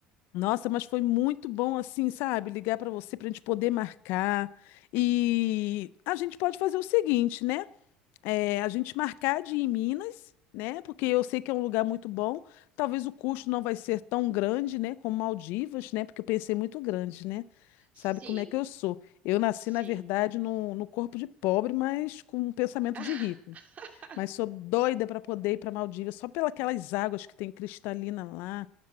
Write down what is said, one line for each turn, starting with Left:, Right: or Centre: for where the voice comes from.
Left: Nossa, mas foi muito bom assim, sabe? Ligar para você para a gente poder marcar. E a gente pode fazer o seguinte, né? É, a gente marcar de ir em Minas, né? Porque eu sei que é um lugar muito bom. Talvez o custo não vai ser tão grande, né? Como Maldivas, né? Porque eu pensei muito grande, né?
Right: Sim,
Left: Sabe como é que eu sou? Eu nasci,
Right: sim.
Left: na verdade, no, no corpo de pobre, mas com um pensamento
Right: <laughs>
Left: de rico.
Right: Ah,
Left: Mas sou doida para poder ir para Maldivas, só pelas águas que tem cristalina lá.